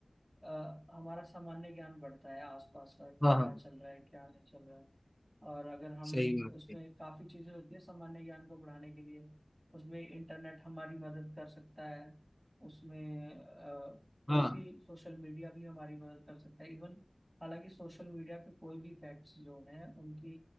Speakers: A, on the right; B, in the centre.
A: अ, हमारा सामान्य ज्ञान बढ़ता है आसपास का कि
B: हाँ
A: क्या
B: हाँ
A: चल रहा है क्या नहीं चल रहा है और अगर हम
B: सही बात
A: उसमें
B: है
A: काफी चीजें होती है सामान्य ज्ञान को बढ़ाने के लिए उसमें इंटरनेट हमारी मदद कर सकता है उसमें अ, कोई
B: हाँ
A: भी सोशल मीडिया भी हमारी मदद कर सकता है इवन हालांकि सोशल मीडिया पे कोई भी फैक्ट्स जो हैं उनकी